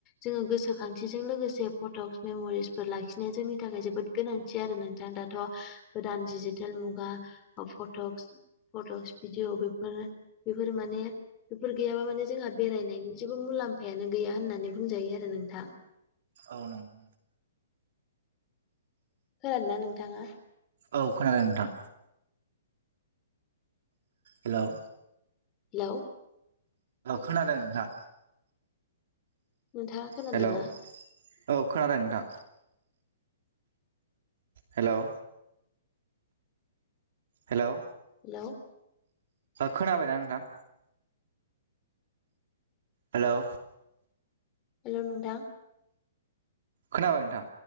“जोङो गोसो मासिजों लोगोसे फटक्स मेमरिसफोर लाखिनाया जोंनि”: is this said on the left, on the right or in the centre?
Left